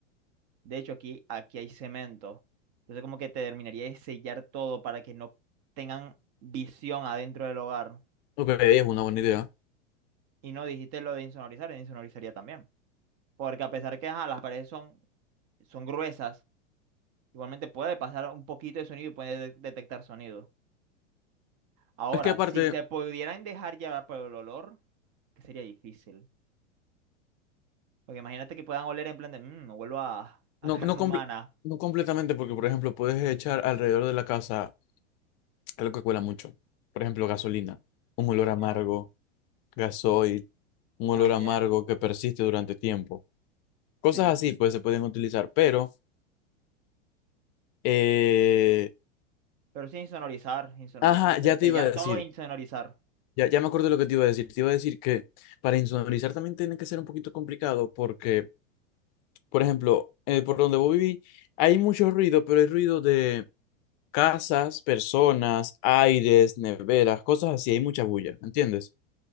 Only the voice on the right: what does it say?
de hecho, aquí, aquí hay cemento. Entonces, como que te terminaría de sellar todo para que no tengan visión adentro del hogar.
Y no dijiste lo de insonorizar, insonorizaría también. Porque a pesar que ajá, las paredes son, son gruesas Igualmente puede pasar un poquito de sonido y puede de- detectar sonido. Ahora,
si se pudieran dejar llevar por el olor, que sería difícil. Porque imagínate que puedan oler en plan de, mmm, vuelvo a, a
<laughs> carne
humana.
También,
también.
Sí,
sí.
Pero sí insonorizar, insonorizar.
se-
Sellar
todo
e insonorizar.